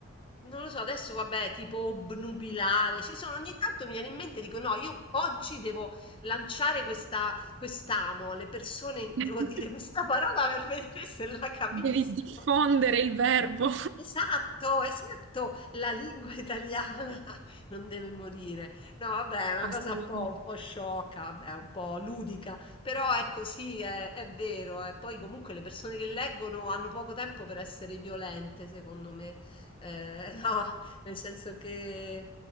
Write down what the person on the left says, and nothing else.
non lo so, adesso vabbè, tipo obnubilare, ci sono, ogni tanto mi viene in mente, dico no, io oggi devo lanciare questa, quest'amo, alle persone
devo dire questa parola per vedere se la capisco.
Esatto, esatto, la lingua italiana <laughs> non deve morire. No, vabbè, è una
cosa un po', un po' sciocca, vabbè, un po' ludica, però ecco, sì, è, è vero. E poi comunque le persone che leggono hanno poco tempo per essere violente, secondo me. Eh, <laughs> no, nel senso che